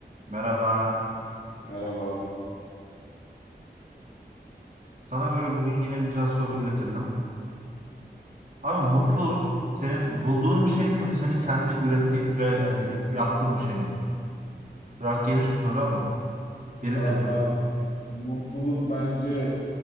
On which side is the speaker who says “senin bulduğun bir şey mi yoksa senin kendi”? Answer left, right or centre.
Right